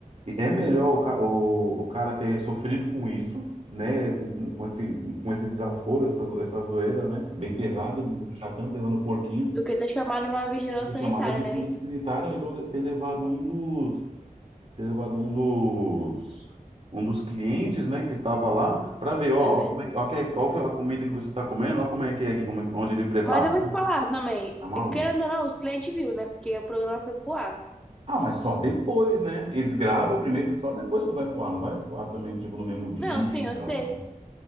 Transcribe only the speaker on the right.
E É melhor o, ca- o, o cara ter sofrido com isso, né? Com, com, com esse, com esse desaforo, essa, zo- essa zoeira, né? Bem pesada do, do Jacan levando o porquinho,
ter chamado
a vigilância
sanitária, ou então ter levado um dos, ter levado um dos, um dos clientes, né? Que estava lá para ver, ó,
ó, como é, que- ó, que, ó que- a comida que você está comendo, ó como é que é aqui, como é, que- onde ele prepara.
Hum,
Tá maluco.
Ah, mas só depois, né? Eles gravam primeiro, só depois que vai voar, não vai voar também, tipo, no mesmo dia
e
tal,
né?